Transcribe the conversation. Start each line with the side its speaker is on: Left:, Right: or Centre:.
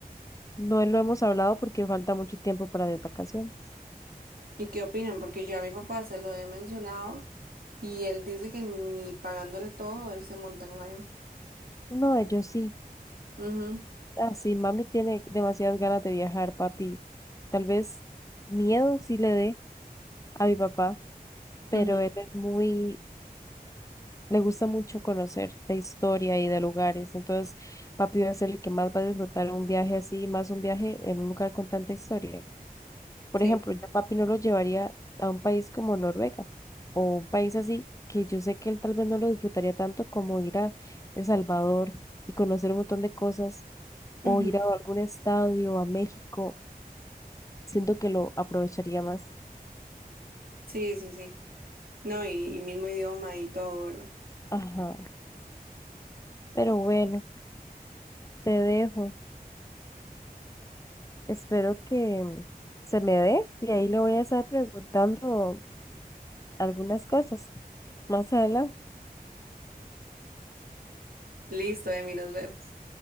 Left: no lo hemos hablado porque falta mucho tiempo para mis vacaciones.
Right: ¿Y qué opinan? Porque yo a mi papá se lo he mencionado y él dice que ni pagándole todo, él se monta en un avión.
Left: No, ellos sí.
Right: Ujú,
Left: Así, mami tiene demasiadas ganas de viajar, papi. Tal vez miedo sí le dé a mi papá, pero
Right: ujú,
Left: él es muy le gusta mucho conocer la historia y de lugares. Entonces, papi va a ser el que más va a disfrutar un viaje así, más un viaje en un lugar con tanta historia. Por
Right: Sí,
Left: ejemplo, yo a papi no lo llevaría a un país como Noruega o un país así que yo sé que él tal vez no lo disfrutaría tanto como ir a El Salvador y conocer un montón de cosas o
Right: ujú,
Left: ir a algún estadio, a México. Siento que lo aprovecharía más.
Right: Sí, sí, sí. No, y, y mismo idioma y todo, ¿verdad?
Left: Ajá, pero bueno, te dejo. Espero que se me dé y ahí le voy a estar preguntando algunas cosas más adelante.
Right: Listo, Emi, nos vemos.